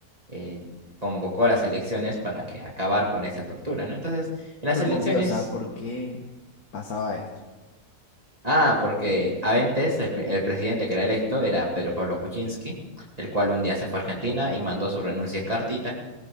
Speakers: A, on the right; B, on the left.
A: eh, convocó a las elecciones para que acabar con esta tortura, ¿no? Entonces, en las
B: ¿Pero
A: elecciones
B: por qué? O sea, ¿por qué pasaba esto?
A: Ah, porque
B: Salí,
A: antes el, pre- el presidente que era electo era Pedro Pablo Kuczynski, el cual un día se fue a Argentina y mandó su renuncia en cartita,